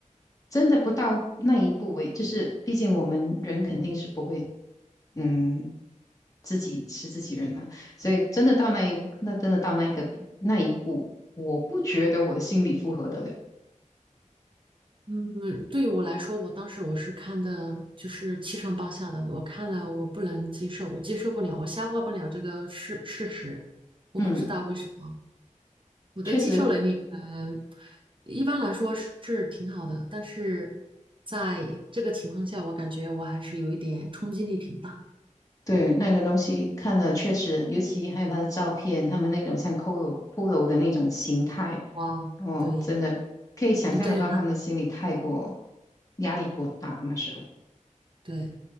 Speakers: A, on the left; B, on the right.
A: 真的不到那一步为，就是毕竟我们人肯定是不会，嗯，自己是自己人嘛，所以真的到那一步，那真的到那一个比那一步，我不觉得我的心理负荷得了。
B: 嗯，对于我来说，我当时我是看的，就是七上八下的，我看了我不能接受，我接受不了，我消化不了这个事事实，我不知道为什么。
A: 嗯，
B: 我的接受能力可能
A: 确实，
B: 一般来说是是挺好的，但是在这个情况下，我感觉我还是有一点冲击力挺大的。
A: 对那个东西看了确实，尤其还有他的照片，他们那种像骷髅骷髅的那种形态，
B: 哇，
A: 哦，
B: 对，
A: 真的可以想象得到他们的心理太过
B: 很震撼的，
A: 压力多大那时候。
B: 对，